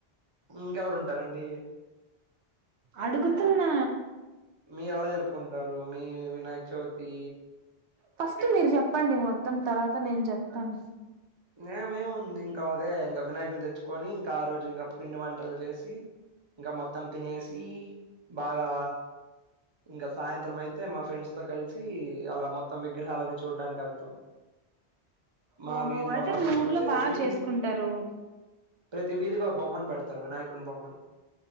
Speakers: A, on the right; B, on the right.
A: ఇంకెవరు ఉంటారండి
B: అడుగుతున్న
A: మీరు అలా జరుపుకుంటారు మీ వినాయక చవితి
B: ఫస్ట్ మీరు చెప్పండి మొత్తం తర్వాత నేను చెప్తాను
A: నేమేము ఉంది ఇంకా అదే ఇంకా వినాయకుని తెచ్చుకొని ఇంకా ఆ రోజు ఇంగ పిండి వంటలు చేసి ఇంకా మొత్తం తినేసి బాగా ఇంకా సాయంత్రం అయితే మా ఫ్రెండ్స్ తో కలిసి అలా మొత్తం విగ్రహాలీని చూడ్డానికి వెళ్తాం. మా
B: ఓహో
A: వీధిలో
B: అయితే
A: ఫస్ట్
B: మీ ఊర్లో
A: చూసేసి
B: బాగా చేసుకుంటారు
A: ప్రతి వీధికో బొమ్మని పెడ్తారు వినాయకున్ బొమ్మని